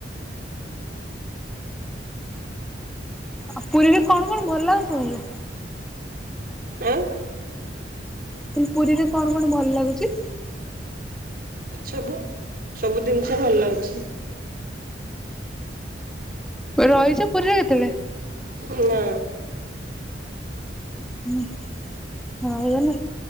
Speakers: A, in the centre; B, on the right (about 55°).
A: ଆଉ ପୁରୀରେ କଣ କଣ ଭଲ ଆଉ ସବୁ?
B: ଆଁ
A: <unintelligible> ପୁରୀରେ କଣ କଣ ଭଲ ଲାଗୁଛି?
B: ସବୁ ସବୁ ଜିନିଷ ଭଲ ଲାଗୁଛି।
A: ରହିଛ ପୁରୀରେ କେତେବେଳେ?
B: ନା।
A: ହୁଁ। ହଁ ହେଗ ନା